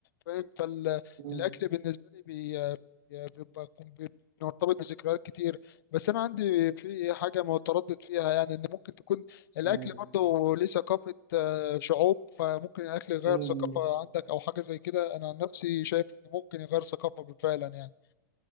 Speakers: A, on the left; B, on the right.
A: فاهم فالأكل
B: مم.
A: بالنسبة لي بي- بيبقى بيبقى مرتبط بذكريات كتير بس انا عندي في حاجه متردد فيها يعني ان ممكن تكون الاكل
B: مم.
A: برضه ليه ثقافه آه، شعوب فممكن الاكل يغير
B: مم.
A: ثقافه عندك او حاجه زي كده انا عن نفسي شايف ان ممكن يغير ثقافه فعلا يعني